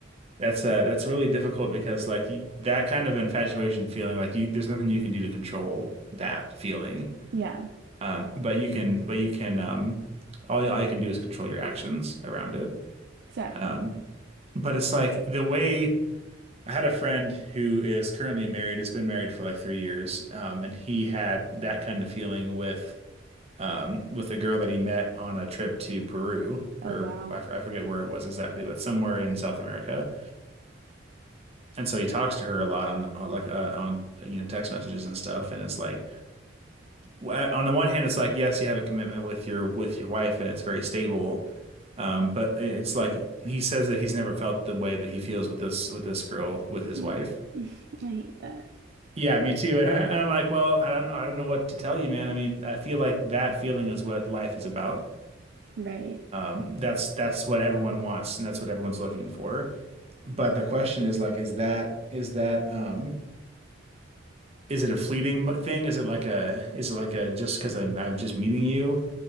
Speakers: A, on the right; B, on the right.
A: that's uh, that's really difficult because like you, that kind of infatuation feeling, like you there's nothing you can do to control that feeling,
B: Yeah,
A: um, but you can but you can um, all all you can do is control your actions around it.
B: exactly.
A: Um, But it's like the way I had a friend who is currently married, has been married for like three years, um, and he had that kind of feeling with um, with a girl that he met on a trip to Peru,
B: Oh
A: or
B: wow.
A: I, f
B: <clears throat>
A: I forget where it was exactly, but somewhere in South America. And so he talks to her a lot on, on like uh, on you know text messages and stuff. And it's like w- uh, on the one hand, it's like yes, you have a commitment with your with your wife, and it's very stable. Um, but it's like he says that he's never felt the way that he feels with this with this girl with his
B: Mm.
A: wife.
B: <laughs> I hate that.
A: Yeah, me too. And, I, and I'm like, well, I don't know, I don't know what to tell you, man. I mean, I feel like that feeling is what life is about.
B: Right.
A: That's that's what everyone wants, and that's what everyone's looking for. But the question is like, is that is that um is it a fleeting m- thing? Is it like a is it like a just because I'm I'm just meeting you